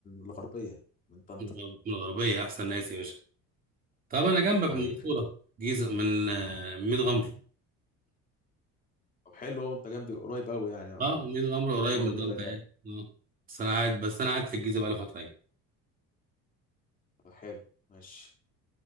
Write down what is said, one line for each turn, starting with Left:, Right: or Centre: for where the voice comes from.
Left: الغربيه من طنطا
Right: من الغرب- من الغربية احسن ناس يا باشا طب انا جنبك
Left: حبيبي
Right: من المنصورة جيزة من آه، من ميت غمر
Left: طب حلو هو انت جنبي قريب قوي يعني يعتبر
Right: اه ميت غمر قريب
Left: بتغني
Right: من طنطا
Left: قريب قوي
Right: يعني اه بس انا قاعد بس انا قاعد في الجيزة بقى لي فترة يعني
Left: طب حلو ماشي